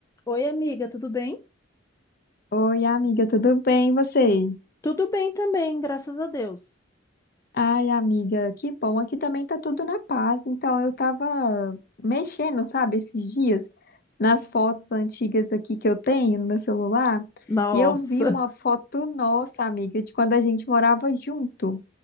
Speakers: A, on the left; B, on the left.
A: Oi, amiga, tudo bem?
B: Oi, amiga, tudo bem? E você?
A: Tudo bem também, graças a Deus.
B: Ai, amiga, que bom. Aqui também tá tudo na paz. Então, eu tava mexendo, sabe, esses dias nas fotos antigas aqui que eu tenho no meu celular,
A: Nossa,
B: e eu vi uma foto nossa, amiga, de quando a gente morava junto.